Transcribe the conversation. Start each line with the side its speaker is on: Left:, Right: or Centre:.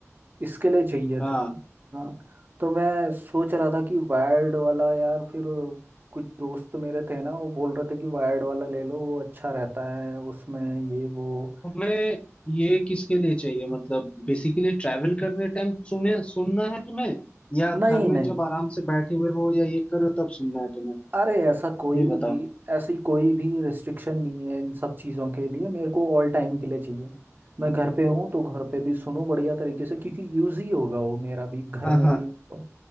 Right: इसके लिए चाहिए
Left: हाँ
Right: था हाँ तो मैं सोच रहा था कि वायर्ड वाला यार फिर कुछ दोस्त मेरे थे ना वो बोल रहे थे कि वायर्ड वाला ले लो वो अच्छा रहता है उसमें ये वो
Left: तुम्हें ये किसके लिए चाहिए मतलब बेसिकली ट्रैवल करने टाइम सुने सुनना है तुम्हें या घर
Right: नहीं नहीं
Left: में जब आराम से बैठे हुए हो या ये करो तब सुनना है तुम्हें
Right: अरे ऐसा कोई
Left: ये बताओ
Right: भी ऐसी कोई भी रिस्ट्रिक्शन नहीं है इन सब चीज़ों के लिए मेरे को ऑल टाइम के लिए चाहिए मैं घर पे हूँ तो घर पे भी सुनो बढ़िया तरीके से क्योंकि यूज ही होगा वो मेरा भी घर
Left: हाँ
Right: में
Left: हाँ
Right: भी होगा।